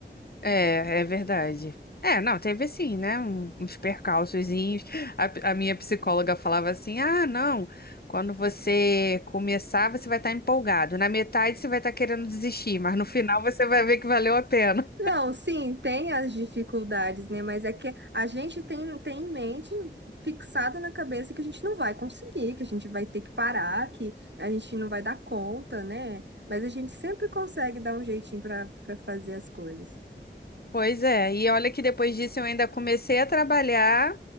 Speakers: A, on the left; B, on the right.
A: É, é verdade. É, não, teve assim, né? um- Uns percalçozinhos. A, a minha psicóloga falava assim: ah, não, quando você começar, você vai estar empolgado. Na metade, você vai estar querendo desistir, mas no final, você vai ver que valeu a pena.
B: Não, sim, tem as dificuldades, né? Mas é que a gente tem, tem em mente, fixado na cabeça, que a gente não vai conseguir, que a gente vai ter que parar, que a gente não vai dar conta, né? Mas a gente sempre consegue dar um jeitinho para para fazer as coisas.
A: Pois é, e olha que depois disso eu ainda comecei a trabalhar,